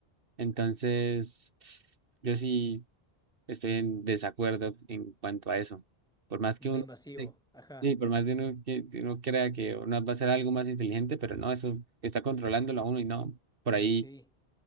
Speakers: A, on the right; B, in the centre.
A: Entonces, yo sí. Estoy en desacuerdo en cuanto a eso. Por más
B: muy
A: que uno,
B: invasivo,
A: sí,
B: ajá,
A: sí, por más de uno que que uno crea que uno va a ser algo más inteligente, pero no, eso está controlándolo a uno y no, por ahí
B: sí,